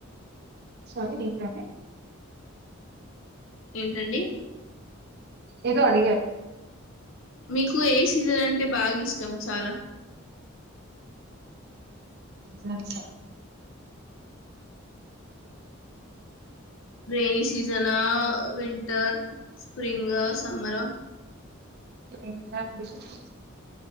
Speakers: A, on the right; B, on the left.
A: షాపింగ్ ఏంకాలే
B: ఏంటండి
A: ఏదో అడిగారు
B: మీకు ఏ సీజన్ అంటే బాగిష్టం చాలా
A: సెల్సు
B: రైనీ సీసన్ జనా వింటర్ స్ప్రింగ్ సమ్మర్
A: స్ప్రింగ్ అంటే ఇష్టం